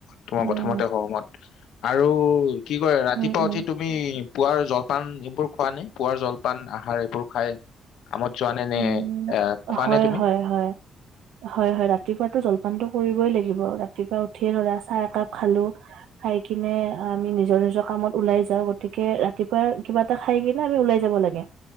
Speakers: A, on the left (about 80°); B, on the right (about 85°).
A: তোমাৰ
B: উম
A: কথাামতে সহমত। আৰু কি কৰে ৰাতিপুৱা
B: উম উম
A: উঠি
B: উম।
A: তুমি পুৱাৰ জলপান এইবোৰ খোৱা নাই পুৱাৰ জলপান আহাৰ এইবোৰ খাই কামত যোৱা নে নে
B: উম',
A: আহ খোৱা
B: হয',
A: নে তুমি?
B: হয', হয়', হয', হয়', ৰাতিপুৱাাতটো জলপানটো কৰিবই লাগিব ৰাতিপুৱা উঠিয়ে ধৰা চাহ একাপ খালো খাই কিনে আমি নিজৰ নিজৰ কামত ওলাই যাওঁ গতিকে ৰাতিপুৱা কিবা এটা খাই কিনে আমি ওলাই যাব লাগে